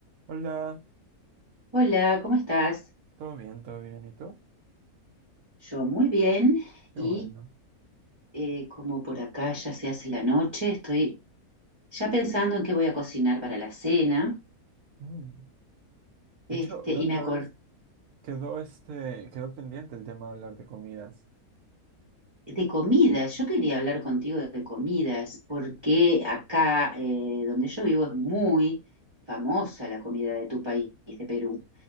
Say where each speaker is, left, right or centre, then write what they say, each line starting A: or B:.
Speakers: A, on the right; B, on the right.
A: Hola,
B: Hola, ¿cómo estás?
A: todo bien, todo bien, ¿y tú?
B: Yo muy bien
A: Qué
B: y
A: bueno.
B: eh, como por acá ya se hace la noche, estoy ya pensando en qué voy a cocinar para la cena.
A: Mm.
B: Este,
A: De hecho, la
B: y
A: otra
B: me acordé
A: vez quedó este, quedó pendiente el tema de hablar de comidas.
B: de comidas. Yo quería hablar contigo de comidas porque acá eh, donde yo vivo es muy famosa la comida de tu país, de Perú.